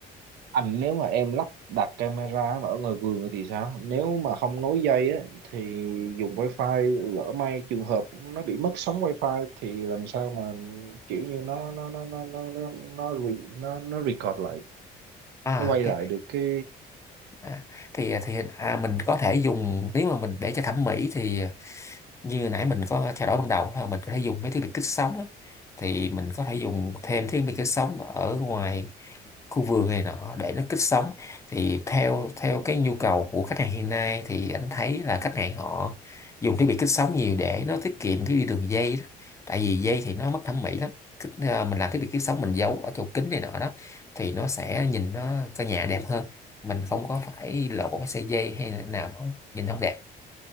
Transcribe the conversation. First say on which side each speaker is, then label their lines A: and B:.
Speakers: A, on the right; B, on the left.
A: anh nếu mà em lắp đặt camera mà ở ngoài vườn thì sao nếu mà không nối dây á thì dùng wifi lỡ may trường hợp nó bị mất sóng wifi thì làm sao mà kiểu như nó nó nó nó nó nó nó, re, nó, nó record lại
B: à
A: nó quay
B: ok
A: lại được cái
B: à, thì à, thì à, mình có thể dùng nếu mà mình để cho thẩm mỹ thì à, như nãy mình có trao đổi ban đầu là mình có thể dùng mấy thiết bị kích sóng á. thì mình có thể dùng thêm thiết bị kích sóng ở ngoài khu vườn này nọ để nó kích sống thì theo theo cái nhu cầu của khách hàng hiện nay thì anh thấy là khách hàng họ dùng thiết bị kích sống nhiều để nó tiết kiệm cái đi đường dây đó tại vì dây thì nó mất thẩm mỹ lắm Kích- à, mình làm thiết bị kích sống mình giấu ở chỗ kính này nọ đó thì nó sẽ nhìn nó căn nhà đẹp hơn mình không có phải lộ cái sợi dây hay là nào nó nhìn không đẹp